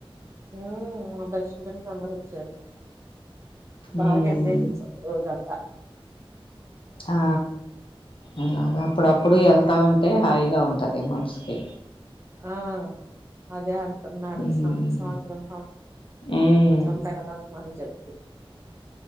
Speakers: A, on the right (about 30°); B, on the left (about 60°).
A: ఊ మా బెస్ట్ ఫ్రెండ్స్ అందరు వచ్చారు బాగా
B: ఉమ్
A: ఎండైంది తెలుసా ఈ రోజంతా
B: ఆ అలాగా అప్పుడప్పుడు ఎళ్తా ఉంటే హాయిగా ఉంటది మనసుకీ
A: ఆ అదే అన్
B: ఉమ్
A: సంవత్సరం సంవత్సరం
B: ఉమ్
A: పెడదాము అని చెప్పీ